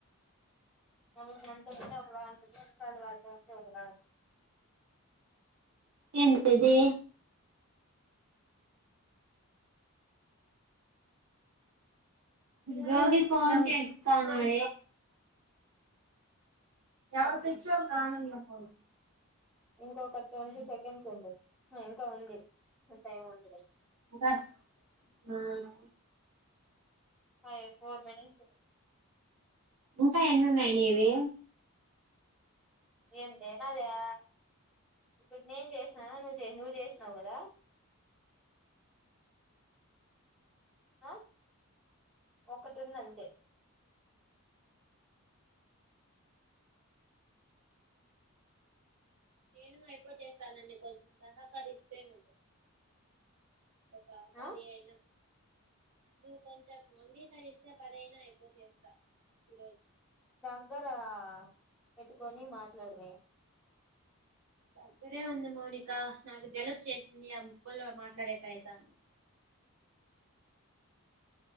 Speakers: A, in the centre; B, on the right.
A: <unintelligible>
B: ఏంటిది రోజు ఫోన్ చేస్తోంది
A: ఉంటుంది
B: ఎవరు తెచ్చారు నాన్నమ్మ కు
A: ఇంకొక ట్వంటీ సెకండ్స్ ఉంది ఇంకా ఉంది టైం ఉండది
B: ఇంకా. హ్మ్మ్
A: ఫైవ్ ఫోర్ మినిట్స్
B: ఇంకా ఎన్నిన్నాయి నీవి
A: ఎందే నయా ఇప్పుడు నేను చేసిననా నువ్వు చే నువ్ చేసినావు కదా ఆ ఒకటున్ది అంతే
B: నేను అయిపో చేస్తానని కొంచెం సహకరిస్తే నువ్వు ఒక పదిహేను
A: ఆ
B: నువ్వు కొంచెం అంగీకరిస్తే పదైనా ఐపోవ చేస్తా ఈరోజు
A: దగ్గర పెట్టుకొని మాట్లాడమే
B: దగ్గరే ఉంది మౌనిక నాకు జలుబు చేసింది ఆ ముక్కుల్లో ల మాట్లాడేకి అయితాంది